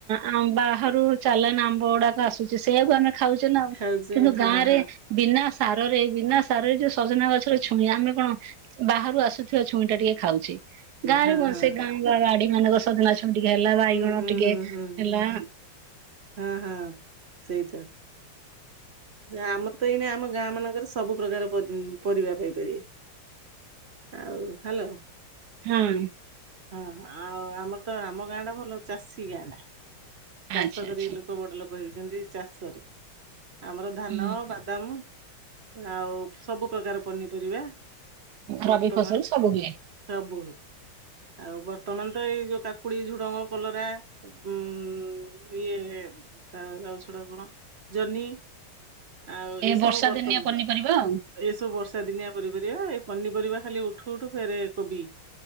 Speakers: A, on the right; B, on the right.
A: ଆ ବାହାରୁ ଚାଲାନ ଆମ୍ବ ଗୁଡାକ ଆସୁଛି, ସେଇଆକୁ ଆମେ ଖାଉଛେ ନାଉ,
B: ଖାଉଛେ
A: କିନ୍ତୁ
B: ହଁ
A: ଗାଁ ରେ
B: ହଁ
A: ବିନା ସାରରେ ବିନା ସାରରେ ଯୋଉ ସଜନା ଗଛ ଛୁଇଁ ଆମେ କଣ ବାହାରୁ ଆସୁଥିବା ଛୁଇଁ ଟା ଟିକେ ଖାଉଛେ ଗାଁରେ
B: ହଁ
A: କଣ
B: ହଁ
A: ସେ ଗାଁ ବା ବାଡି ମାନଙ୍କ ସଜନା ଛୁ ଟିକେ ହେଲା ବାଇଗଣ
B: ହୁଁ ହୁଁ
A: ଟିକେ
B: ହୁଁ
A: ହେଲା
B: ହୁଁ। ହଁ ହଁ ସେଇ ତ ଆ ଆମର ତ ଏଇନା ଆମ ଗାଁ ମାନଙ୍କରେ ସବୁ ପ୍ରକାର ପରିବା ପାଇପାରିବେ। ଆଉ ହ୍ୟାଲୋ।
A: ହଁ।
B: ହଁ ଆଉ ଆମର ତ ଆମ ଗାଁ ଟା ଭଲ ଚାଷୀ ଗାଁ ଟା। ଚାଷ
A: ଆଚ୍ଛା ଆଚ୍ଛା
B: କରି ଲୋକ ବଡ ଲୋକ ହେଇଛନ୍ତି ଚାଷରେ ଆମର ଧାନ
A: ହୁଁ
B: ବାଦାମ ଆଉ ସବୁ ପ୍ରକାର ପନିପରିବା ବର୍ତ୍ତମାନ
A: ରବି ଫସଲ ସବୁ ହୁଏ
B: ସବୁ ହୁଏ। ଆଉ ବ ତମେ ତ ଏଇ ଯୋଉ କାକୁଡି ଝୁଡ଼ଙ୍ଗ କଲରା ଉ ଇଏ ତା ଗାଉଛଡା କଣ ଜହ୍ନି। ଆଉ
A: ଏ
B: ଏସବୁ
A: ବର୍ଷା
B: ବର୍ତ୍ତମାନ
A: ଦିନିଆ ପନିପରିବା ଆଉ।
B: ଏସବୁ ବର୍ଷା ଦିନିଆ ପନି ପରିବା। ପନିପରିବା ଖାଲି ଉଠୁ ଉଠୁ ଫେରେ କୋବି